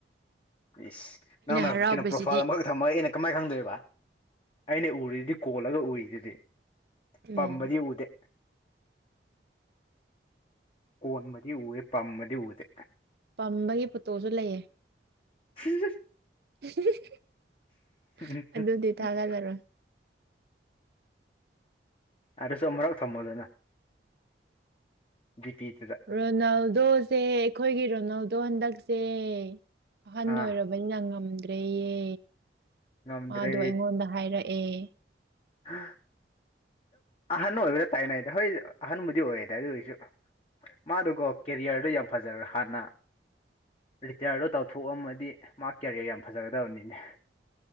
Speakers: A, on the left; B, on the right.
A: ꯏꯁ ꯅꯪꯅ
B: ꯍꯔꯥꯎꯕꯁꯤꯗꯤ
A: ꯀꯩꯅꯣ ꯄ꯭ꯔꯣꯐꯥꯏꯜ ꯑꯃꯈꯛ ꯊꯝꯃ ꯑꯩꯅ ꯀꯃꯥꯏ ꯈꯪꯗꯣꯏꯕ ꯑꯩꯅ ꯎꯔꯤꯗꯤ ꯀꯣꯜꯂꯒ ꯎꯔꯤꯗꯨꯗꯤ
B: ꯎꯝ
A: ꯄꯝꯕꯗꯤ ꯎꯗꯦ ꯀꯣꯟꯕꯗꯤ ꯎꯋꯦ ꯄꯝꯕꯗꯤ ꯎꯗꯦ
B: ꯄꯝꯕꯒꯤ ꯐꯣꯠꯇꯣꯁꯨ ꯂꯩꯑꯦ
A: ꯍꯨꯝ
B: <unintelligible>
A: <unintelligible>
B: ꯑꯗꯨꯗꯤ ꯊꯥꯒꯠꯂꯔꯣꯏ
A: ꯑꯗꯨꯁꯨ ꯃꯔꯧ ꯊꯝꯃꯨꯗꯅ ꯗꯤꯄꯤꯗꯨꯗ
B: ꯔꯣꯅꯥꯜꯗꯣꯁꯦ ꯑꯩꯈꯣꯏꯒꯤ ꯔꯣꯅꯥꯜꯗꯣ ꯍꯟꯗꯛꯁꯦ ꯑꯍꯟ
A: ꯑꯥ
B: ꯑꯣꯏꯔꯕꯅꯤꯅ ꯉꯝꯗ꯭ꯔꯦꯌꯦ
A: ꯉꯝꯗ꯭ꯔꯦ
B: ꯃꯥꯗꯣ ꯑꯩꯉꯣꯟꯗ ꯍꯥꯏꯔꯛ ꯑꯦ
A: <unintelligible> ꯑꯍꯟ ꯑꯣꯏꯕꯗ ꯇꯥꯏꯅꯩꯗ ꯍꯣꯏ ꯑꯍꯟꯕꯨꯗꯤ ꯑꯣꯏꯌꯦꯗ ꯑꯗꯨ ꯑꯣꯏꯁꯨ ꯃꯥꯗꯨꯒꯣ ꯀꯦꯔꯤꯌꯔꯗꯨ ꯌꯥꯝ ꯐꯖꯔ ꯍꯥꯟꯅ ꯔꯤꯇꯌꯥꯔꯗꯣ ꯇꯧꯊꯣꯛ ꯑꯝꯃꯗꯤ ꯃꯥ ꯀꯦꯔꯤꯌꯔ ꯌꯥꯝ ꯐꯖꯒꯗꯕꯅꯤꯅꯦ